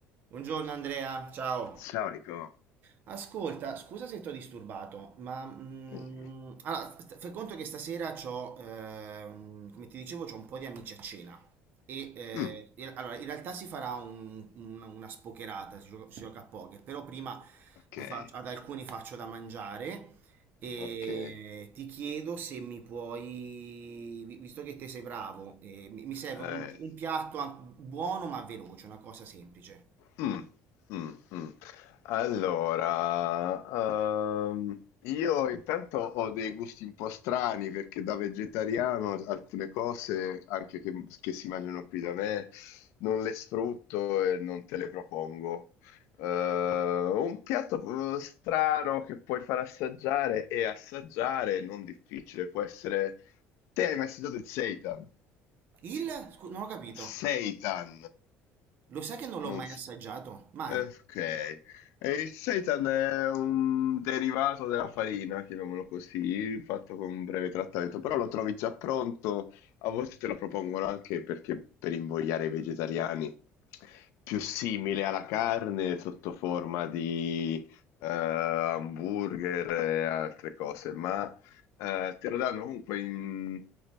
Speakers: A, on the right (about 40°); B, on the left (about 70°).
A: Buongiorno Andrea, ciao.
B: Storico?
A: Ascolta, scusa se ti ho disturbato, ma mm,
B: Mh,
A: allora, st- fai conto che stasera c'ho, ehm, come ti dicevo, c'ho un po' di amici a cena. E eh,
B: mh,
A: e- allora, in realtà si farà un- un- una spocherata, si gioca, si gioca a poker, però prima
B: okay,
A: gli faccio- ad alcuni faccio da mangiare e
B: okay.
A: ti chiedo se mi puoi, vi- visto che te sei bravo, eh, mi mi serve
B: Eh,
A: un, un piatto an- buono ma veloce, una cosa semplice.
B: mh, mh, mh. Allora, uhm, io intanto ho dei gusti un po' strani perché da vegetariano alcune cose, anche che m che si mangiano qui da me, non le sfrutto e non te le propongo. Uhm, un piatto, uhm, strano che puoi far assaggiare e assaggiare, non difficile, può essere te hai mai assaggiato il seitan?
A: Il? scu- non ho capito.
B: Seitan.
A: Lo sai che non l'ho
B: Non
A: mai
B: s-
A: assaggiato? Mai.
B: Ok. E il seitan è un derivato della farina, chiamiamolo così, fatto con un breve trattamento, però lo trovi già pronto, a volte te lo propongono anche perché per invogliare i vegetariani, più simile alla carne sotto forma di eh, hamburger e altre cose, ma eh, te lo danno comunque in-